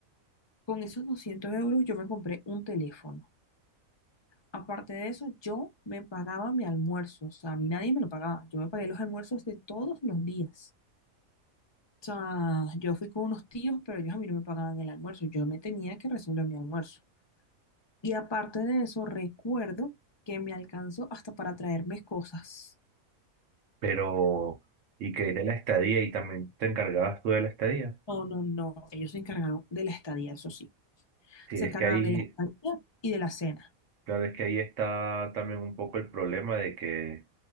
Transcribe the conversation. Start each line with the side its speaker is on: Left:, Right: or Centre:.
Left: Con esos 200 euros yo me compré un teléfono. Aparte de eso, yo me pagaba mi almuerzo. O sea, a mí nadie me lo pagaba. Yo me pagué los almuerzos de todos los días. O sea, yo fui con unos tíos, pero ellos a mí no me pagaban el almuerzo. Yo me tenía que resolver mi almuerzo. Y aparte de eso, recuerdo que me alcanzó hasta para traerme cosas.
Right: Pero, ¿y qué hay de la estadía? ¿Y también te encargabas tú de la estadía?
Left: No, no, no. Ellos se encargaron de la estadía, eso sí.
Right: Sí,
Left: Se
Right: es
Left: encargaban
Right: que ahí,
Left: de la estadía y de la cena.
Right: claro, es que ahí está también un poco el problema de que